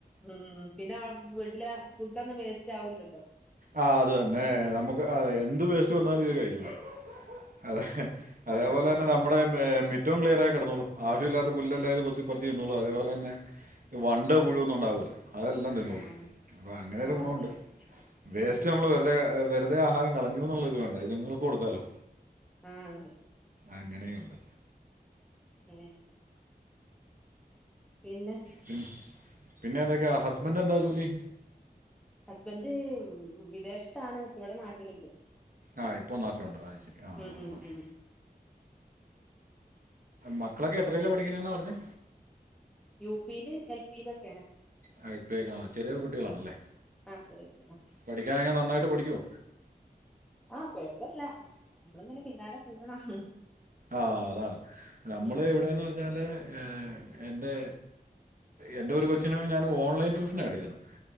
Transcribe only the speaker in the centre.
ഉം ഉം പിന്നെ വീട്ടിലെ ഫുഡൊന്നും വേസ്റ്റ് ആവൂലല്ലോ.
ആഹ്
ആഹ്
ആഹ്
ആഹ്
അതെ
ഉം
അതെ
ആഹ് അതെ.
ഏഹ്. പിന്നെ.
ഹസ്ബന്റ് വ് വിദേശത്താണ് പ്പൊ ഇവിടെ നാട്ടിലുണ്ട്.
ഉം
ഉം
ഉം
യു പീല് എൽ പീലെക്കെയാണ്.
ആഹ് ചെറിയ കുട്ടികളാ.
ആഹ് കൊഴപ്പല്ല നമ്മളിങ്ങനെ പിന്നാലെ കൂടണം.
ഉം ഉം ഉം